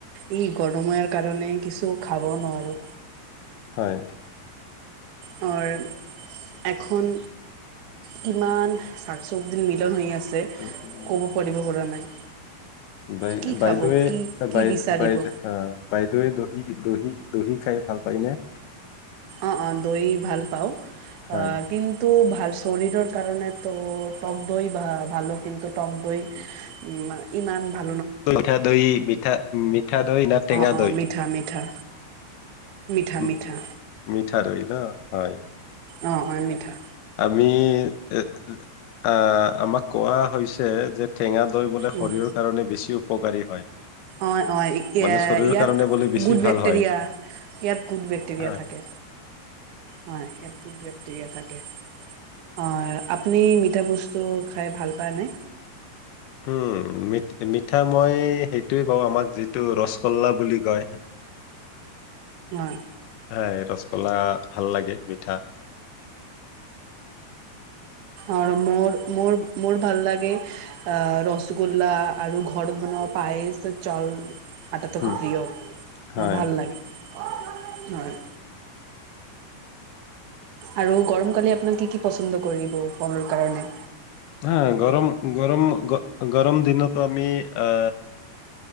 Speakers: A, on the right (about 65°); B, on the left (about 75°).
A: এই গৰমে কাৰণে কিছু খাব নোৱাৰোঁ।
B: হয়।
A: হয়। এখন কিমান শাক- চব্জিৰ মিলন হৈ আছ যে
B: উম, উম।
A: ক'ব পাৰিব পৰা নাই।
B: বাই-
A: কি
B: বাইদৱে
A: খাব কি কি
B: বাইদ্-
A: বিচাৰিব
B: বাইদ- বাইদৱে দহি দহি- দহি খাই ভাল পায়নে?
A: অ' - অ' দৈ ভাল পাওঁ।
B: হয়
A: অ' কিন্তু ভাল ছৰীৰৰ কাৰণে তো তকদৈ ভা- ভাল', কিন্তু তকদৈ ইমা- ইমান ভা
B: মিঠা দৈ- মিঠা- মিঠা দৈ না টেঙা
A: অ', অ',
B: দৈ?
A: মিঠা, মিঠা, মিঠা
B: উম,
A: - মিঠা।
B: মিঠা দৈ ন'? হয়।
A: অ' হয় মিঠা।
B: মি অ'- আমাক কোৱা হৈছে যে টেঙা দৈ বোলে
A: উম,
B: শৰীৰৰ কাৰণে বেছি উপকাৰী হয়।
A: অ' - অ', এতিয়া
B: মানে শৰীৰৰ
A: ইয়াত
B: কাৰণে বোলে বেছি
A: গুড
B: ভাল
A: বেক্টেৰিয়া-
B: হয়
A: ইয়াত গুড বেক্টেৰিয়া
B: হয়
A: থাকে। হয়, ইয়াত গুড ক্টেৰিয়া থাকে । অ' আপুনি মিঠা বস্তু খাই ভাল পায়নে?
B: উম, মি- মিঠা মই সেইটোৱে পাওঁ, আমাক যিটো ৰসগোল্লা বুলি কয়।
A: হয়।
B: হয়, ৰসগোল্লা ভাল লাগে মিঠা।
A: আৰু মোৰ- মোৰ- মোৰ ভাল লাগে অ' ৰসগোল্লা আৰু ঘৰত বনোৱা পায়চ চাউল আটাতো
B: হম
A: খুব প্ৰিয়।
B: হয়
A: মোৰ ভাল লাগে। হয়। আৰু গৰম কালি আপোনাল কি কি পচন্দ কৰিব ফলৰ কাৰণে।
B: হা গৰম গৰম গ গৰম দিনতো আমি অ